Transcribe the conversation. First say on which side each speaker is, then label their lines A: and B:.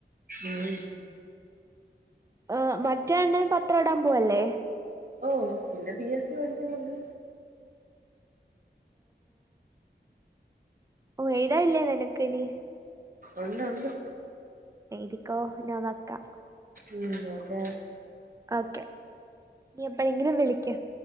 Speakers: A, on the right; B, on the right.
A: ഉം
B: ഏ് മറ്റേ അണ്ണൻ പത്രടാൻ പോവല്ലേ
A: ഓ പിന്നെ പി എസ് സി പഠിക്കുന്നുണ്ട്
B: പൂ എഴുതാൻ ഇല്ലേ <unintelligible> ക്ക് നി
A: ഒണ്ട് ഒണ്ട്
B: എഴുതിക്കോ ഞാൻ വെക്കാം
A: ഉം നോക്കാ
B: ഓക്കെ ഞി എപ്പോഴെങ്കിലും വിളിക്ക്